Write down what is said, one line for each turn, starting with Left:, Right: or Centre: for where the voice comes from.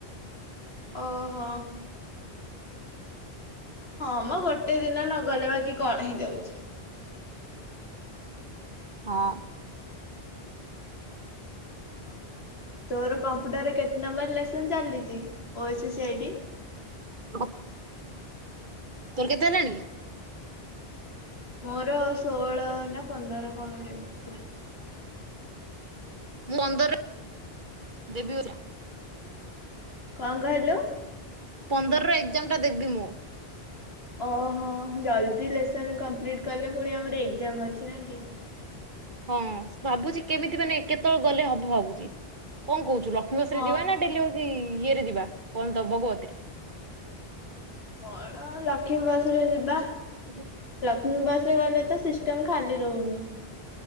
Left: ଓହୋ। ହଁ ମ ଗୋଟେ ଦିନ ନଗଲେ ବାକି କଣ ହେଇଯାଉଛି।
Right: ହଁ।
Left: ତୋର କମ୍ପ୍ୟୁଟରରେ କେତେ ନମ୍ବର ଲେସନ ଚାଲିଛି ଓ ସି ସି ଇଡି।
Right: <unintelligible> <inaudible> ତୋର କେତେ ହେଲାଣି।
Left: ମୋର ଷୋହଳ ନା ପନ୍ଦର କଣ ଗୋଟେ ଏମତି ଥିଲା।
Right: ମୁଁ ଅନ୍ଦର ଦେବି। <unintelligible> <inaudible>
Left: କଣ କହିଲୁ।
Right: ପନ୍ଦରର ଏକ୍ଜାମ ଟା ଦେବି ମୁଁ।
Left: ଓହୋ ଜଲ୍ଦି ଲେସନ କମ୍ପ୍ଲିଟ୍ କଲେ ପୁଣି ଆମର ଏକ୍ଜାମ ଅଛି ନା କି।
Right: ହଁ ଭାବୁଛି କେମିତି ମାନେ କେତେବେଳେ ଗଲେ ହବ ଭାବୁଛି କଣ କହୁଛୁ ଲକ୍ଷ୍ମୀ। ଶଂସରେ
Left: ହଁ
Right: ଯିବା ନା ଡେଲି ହଉଛି ଇଏରେ ଯିବା କଣ ତ ଭଗବତୀରେ।
Left: କଣ ଲକ୍ଷ୍ମୀ ବସରେ ଯିବା।
Right: ହ <unintelligible>
Left: ଲକ୍ଷ୍ମୀ ବସ ରେ ଗଲେ ତ ସିଷ୍ଟମ ଖାଲି ରହୁନି।